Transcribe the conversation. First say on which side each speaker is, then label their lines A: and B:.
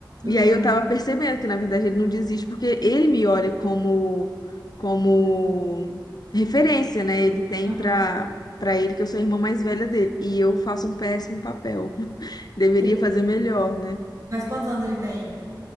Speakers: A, on the left; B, on the right.
A: E
B: Aham.
A: aí eu tava percebendo que, na verdade, ele não desiste porque ele me olha como, como
B: Não, mas é-
A: referência, né? Ele tem
B: Aham.
A: pra, pra ele que eu sou a irmã mais velha dele. E eu faço um péssimo papel. <laughs> Deveria
B: E-
A: fazer
B: e-
A: melhor, né?
B: Mas quantos anos ele tem?